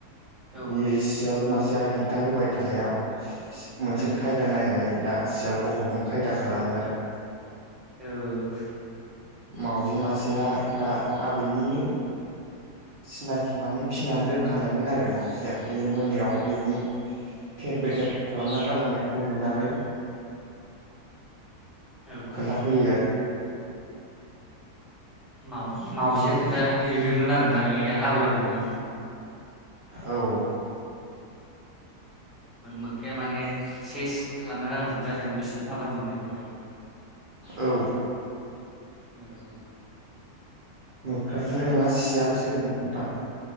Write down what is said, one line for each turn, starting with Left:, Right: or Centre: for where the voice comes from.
Centre: औ ओं
Right: बे सियाल मासे साया हेंथा होबाय थानायाव मोनसे
Centre: औ
Right: खायदा नायनानै दा सियालखौ हमनो खायदा खालामो आरो
Centre: औ
Right: मावजि मासेया दा आबैनिनो सिनाखि माने फिसिनानै दोनखानायमोन आरो माउजिया बे मोनायाव बेनि थेर बेथेर खालामना गालांनायखौ नुनानै
Centre: औ
Right: खोन्थाफैयो आरो
Centre: माव मावजिया खोन्थााहैदोंमोन आरोना बे आबै आबौनो
Right: औ
Centre: औ मोख्राया माने सेस खालामना गालांजोबदों आरोना बेसि आबाद मावनायखौहाय
Right: औ
Centre: औ
Right: मोख्राथ
Centre: ओमफ्राय
Right: नङा सियालसो नोंथां